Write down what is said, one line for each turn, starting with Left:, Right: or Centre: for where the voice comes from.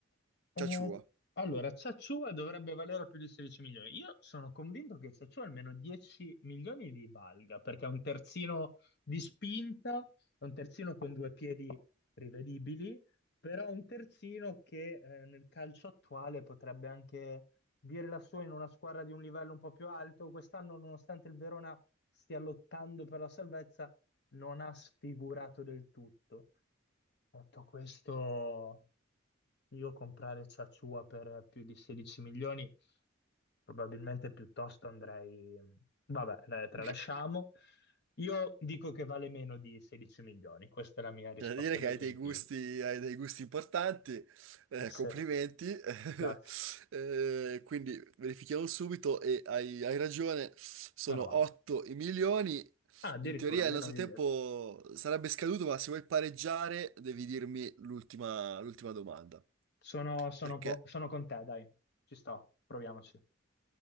Left: Eh,
Right: Chachua.
Left: allora, Ciacciua dovrebbe valere più di 16 milioni. Io sono convinto che Ciacciua almeno 10 milioni li valga, perché è un terzino di spinta, è un terzino con due piedi rivedibili, però un terzino che eh, nel calcio attuale potrebbe anche dire la sua in una squadra di un livello un po' più alto. Quest'anno, nonostante il Verona stia lottando per la salvezza, non ha sfigurato del tutto. Detto questo, io comprare Sassuolo per più di 16 milioni, probabilmente piuttosto andrei... Vabbè, la tralasciamo.
Right: <laughs>
Left: Io dico che vale meno di 16 milioni, questa è la mia risposta
Right: C'è da dire che
Left: definitiva.
Right: hai dei gusti, hai dei gusti importanti, eh, complimenti.
Left: Sì,
Right: <laughs>
Left: grazie,
Right: Eh, quindi verifichiamo subito e hai, hai ragione, sono
Left: meno male.
Right: 8 i milioni.
Left: Ah, addirittura
Right: In teoria
Left: meno
Right: il nostro
Left: di
Right: tempo
Left: 10.
Right: sarebbe scaduto, ma se vuoi pareggiare devi dirmi l'ultima l'ultima domanda.
Left: Sono, sono
Right: Perché
Left: po- sono con te, dai, ci sto, proviamoci.